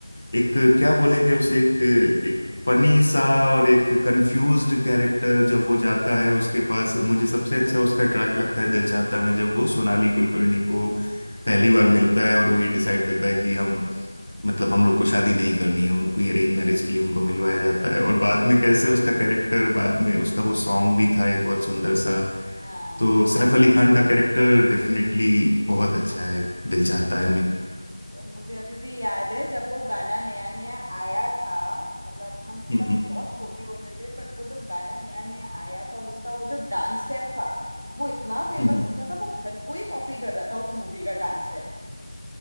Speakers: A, on the left (about 25°); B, on the right (about 60°).
A: एक क्या बोलेंगे उसे एक एक फनी सा और एक कंफ्यूज्ड कैरेक्टर जब वो जाता है उसके पास मुझे सबसे अच्छा उसका ट्रैक लगता है दिल चाहता में जब वो सोनाली कुलकर्णी को पहली बार मिलता है और वो ये डिसाइड करता है कि हम मतलब हम लोग को शादी नहीं करनी है उनको ये अरेंज मैरिज के लिए उनको मिलवाया जाता है और बाद में कैसे उसका कैरेक्टर बाद में उसका वो सॉन्ग भी था एक बहुत सुंदर सा
B: हाँ।
A: तो सैफ अली खान का कैरेक्टर डेफिनेटली बहुत अच्छा है दिल चाहता है मैं
B: मुझे अभी भी याद है जब वो गाना नया नया आया था मतलब हम
A: हम्म
B: सब बहुत छोटे होते थे बट वो जब गाना नया नया आया था और उसका वो जो डांस स्टेप था वो इतना फेमस
A: हम्म हम्म।
B: हो गया था वो हर कोई कॉपी कर रहा था उस मूवी का डांस स्टेप